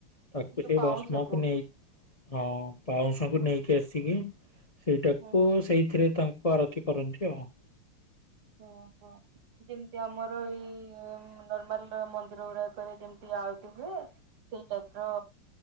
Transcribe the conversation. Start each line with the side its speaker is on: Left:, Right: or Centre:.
Left: ତାକୁ
Right: ଏ ଯୋଉ
Left: ସେଇ
Right: ପାଉଁଶକୁ
Left: ଭଷ୍ମକୁ ନେଇକି ହଁ ପାଉଁଶକୁ
Right: ହୁଁ
Left: ନେଇକି ଆସିକି ସେଇଟାକୁ
Right: ହୁଁ ହୁଁ
Left: ସେଇଥିରେ ତାଙ୍କୁ ଆରତି କରନ୍ତି ଆଉ
Right: ଓହୋ। ଯେମିତି ଆମର ଏଇ ନର୍ମାଲ ମନ୍ଦିର ଗୁଡାକରେ ଯେମିତି ଆଳତି ହୁଏ। ସେଇ ଟାଇପର